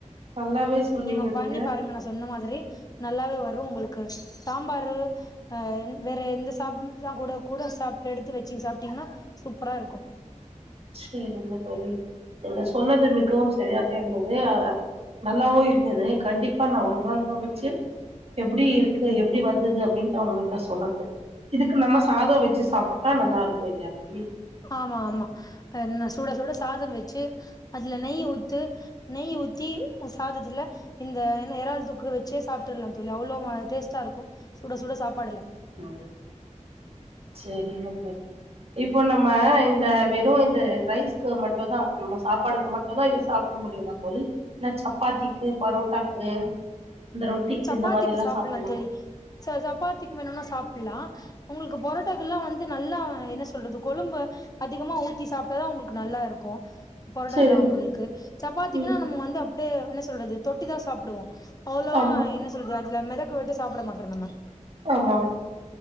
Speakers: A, on the right; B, on the left.
A: நல்லாவே சொன்னீங்க
B: உம் பண்ணி
A: நீங்க
B: பாருங்க நா சொன்ன மாதிரி நல்லாவே வரும் உங்களுக்கு சாம்பாரு ஆ வேற எந்த சாப் ல்லாம் கூட கூட சாப்ட்டு எடுத்து வச்சிங்க சாப்பிட்டீங்கன்னா சூப்பரா இருக்கும்
A: செரிங்க தோழி நீங்க சொன்னது மிகவும் சரியாக இருந்தது அத நல்லாவும் இருந்தது கண்டிப்பா நா ஒரு நாள் சமச்சு எப்டி இருக்கு
B: ம்
A: எப்டி வந்தது அப்டின்னுட்டு உங்ககிட்ட சொல்றேன் இதுக்கு நம்ம சாதம் வெ ச்சு சாப்பிட்டா நல்லா இருக்கும் இல்லையா தோழி
B: ஆமா ஆமா என்ன சூட சூட சாதம் வச்சு அதுலா நெய் ஊத்து நெய் ஊத்தி சாதத்துல இந்த என்ன இறள் தொக்கு வச்சே சாப்பிடருலா தோழி அவ்ளோ டேஸ்ட்டா இருக்கு சுட சுட சாப்பாடுல
A: ம் சரிமா தோழி இப்போ நம்ம இந்த வெறு இது ரைஸ்க்கு மட்டுதா நம்ம சாப்பாடுக்கு மட்டும் தான் இது சாப்பிட முடியுமா தோழி இன் சப்பாத்திக்கு பரோட்டாக்கு இந்த ரொட்டிக்கு
B: சப்பாத்திக்கு
A: இந்த மாரி எல்லா
B: சாப்பிடலா
A: சாப்புட்லா
B: தோழி ச சப்பாத்திக்கு வேணுனா சாப் ப்புலா உங்ளுக்கு பொரோட்டக்கல்லா வந்து ந்து நல்லா என்ன சொல்றது கொழும்பு அதிகமா ஊத்தி சாப்பிட்டாதான் உங்களுக்கு நல்லா இருக்கு பொருடனா
A: செரி
B: உங்களுக்கு சப்பாத்திக்குன்னா
A: ம்
B: நம்ம வந்து அப்டியே என்ன சொல்றது தொட்டிதான் சாப்டுவோம் அவ்வளோவா
A: ஆமா
B: என்ன சொல்த இல்ல மிதகு விட்டு சாப்டு மாட்டோ மாடோ நம்ம
A: ஆமா